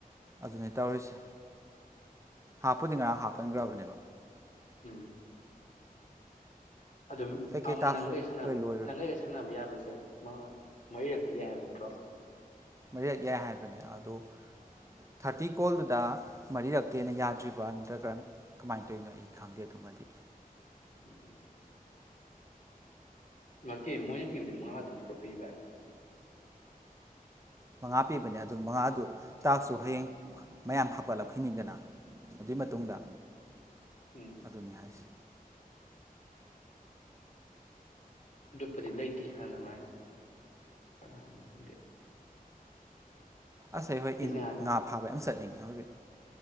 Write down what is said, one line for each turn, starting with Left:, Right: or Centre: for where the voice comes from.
Right: ꯑꯗꯨꯅꯤ ꯇꯧꯔꯤꯁꯦ ꯍꯥꯞꯄꯨꯗꯤ ꯉꯔꯥꯡ ꯍꯥꯞꯄꯟꯒꯔꯕꯅꯦꯕ
Left: ꯎꯝ ꯑꯗꯨꯝ
Right: ꯀꯩꯀꯩ
Left: ꯑꯝ
Right: ꯇꯥꯛꯁ
Left: ꯅꯪꯒꯩꯒ ꯁꯥꯟꯅꯕꯤ
Right: ꯂꯣꯏ ꯂꯣꯏꯈ꯭ꯔꯕꯅꯤ
Left: ꯅꯪꯒꯩ ꯑꯩꯒ ꯁꯥꯟꯅꯕ ꯌꯥꯕꯔꯁꯦ ꯃ ꯃꯔꯤꯔꯛꯇꯤ ꯌꯥꯏ ꯍꯥꯏꯕ ꯅꯠꯇ꯭ꯔꯣ
Right: ꯃꯔꯤꯔꯛ ꯌꯥꯏ ꯍꯥꯏꯕꯅꯦ ꯑꯗꯣ ꯊꯥꯔꯇꯤ ꯀꯣꯜꯗꯨꯗ ꯃꯔꯤꯔꯛꯇꯦꯅ ꯌꯥꯗ꯭ꯔꯤꯕ꯭ꯔꯥ ꯅꯠꯇ꯭ꯔꯒ ꯀꯃꯥꯏꯅ ꯇꯧꯔꯤꯅꯣ ꯑꯩ ꯈꯪꯗꯦ ꯑꯗꯨꯃꯗꯤ
Left: ꯎꯝ ꯅꯠꯇꯦ ꯃꯣꯏꯅ ꯄꯤꯕꯗꯤ ꯃꯉꯥ ꯑꯗꯨꯝ ꯇ꯭ꯔꯣꯄꯤꯕ ꯚꯥꯏ
Right: ꯃꯉꯥ ꯄꯤꯕꯅꯦ ꯑꯗꯨ ꯃꯉꯥꯗꯨ ꯇꯥꯛꯁꯨ ꯍꯌꯦꯡ ꯃꯌꯥꯝ ꯍꯥꯞꯀꯠꯂꯞꯈꯤꯅꯤꯗꯅ ꯑꯗꯨꯏ ꯃꯇꯨꯡꯗ
Left: ꯎꯝ ꯎꯝ
Right: ꯑꯗꯨꯅꯤ ꯍꯥꯏꯁꯤ
Left: ꯑꯗꯨꯞꯄꯗꯤ ꯂꯩꯇꯦ ꯍꯥꯏꯅꯉꯥꯏ ꯀꯅꯥ ꯍꯥꯏꯅ ꯈꯪꯗꯦ
Right: ꯑꯁ ꯍꯩꯍꯣꯏ
Left: ꯏꯁꯅꯦꯍꯥ
Right: ꯏꯪ ꯉꯥ ꯐꯥꯕꯥ ꯌꯝ ꯆꯠꯅꯤꯡꯉꯤ ꯌꯥ ꯍꯧꯗꯦ